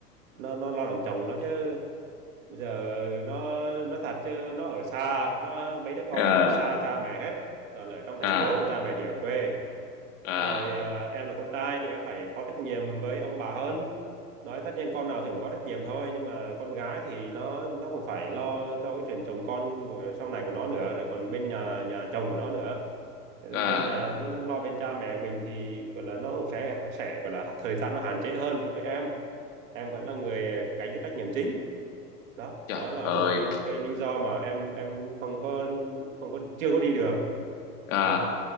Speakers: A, on the right (about 55°); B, on the left (about 50°).
A: nó nó lo đằng chồng nó chứ bây giờ nó nó thật chứ nó ở xa nó mấy đứa con
B: ờ
A: ở xa cha mẹ hết rồi là ở trong thành
B: ờ
A: phố còn cha mẹ thì ở quê
B: ờ
A: rồi à, em là con trai thì em phải có trách nhiệm với ông bà hơn nói tất nhiên con nào thì cũng có trách nhiệm thôi nhưng mà con gái thì nó nó cũng phải lo cho cái chuyện chồng con của- sau này của nó nữa rồi còn bên nhà nhà chồng của nó nữa Cho nên
B: ờ
A: bên nhà nó, nó lo bên cha mẹ mình thì gọi là nó cũng sẽ sẽ gọi là thời gian nó hạn chế hơn so với em em vẫn là người gánh cái trách nhiệm chính đó
B: trời
A: đó là
B: ơi
A: một trong những cái lý do mà em em không có không có chưa có đi được
B: ờ
A: đó